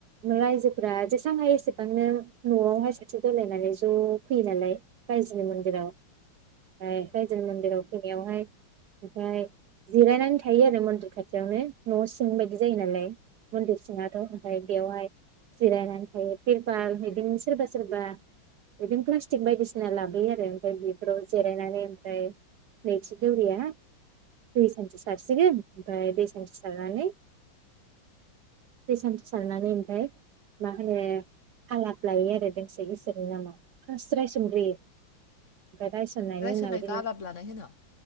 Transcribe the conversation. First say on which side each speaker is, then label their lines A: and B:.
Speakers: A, on the right (about 65°); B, on the left (about 45°).
A: रायजोफोरा जेसां हायो एसेबांनो न'आवहाय साखि जलायनानै ज' फैयो नालाय रायजोनि मन्दिराव ओमफाय रायजोनि मन्दिराव फैनायावहाय। <unintelligible> जिरायनानै थायो आरो मन्दिर खाथियावनो न' सिं बायदि जायो नालाय मन्दिर सिङाथ' ओमफ्राय बेवहाय जिरायनानै थायो। तिरपाल बिदिनो सोरबा सोरबा बिदिनो प्लास्टिक बायदिसिना लाबोयो आरो। फ्राय बेफोराव जेरायनानै ओमफ्राय नैथि दौरिया दै सानथि सारसिगोन ओफाय दै सानथि सारनानै दै सान्थि सारनानै ओमफाय मा होनो आलाब लायो आरो दोंसे इसोरनि नामाव फार्स्ट रायसनग्रोयो ओमफ्राय रायसननायनि उनाव
B: होनायखौ
A: इदिनो
B: आलाब लानाय होनो